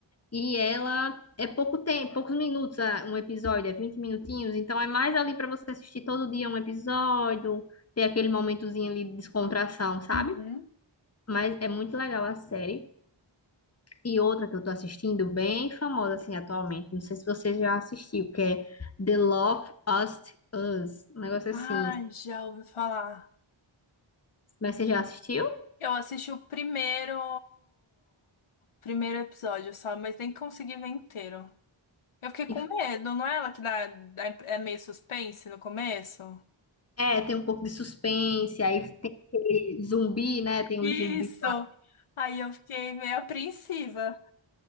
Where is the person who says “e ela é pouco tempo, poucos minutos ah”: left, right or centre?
Left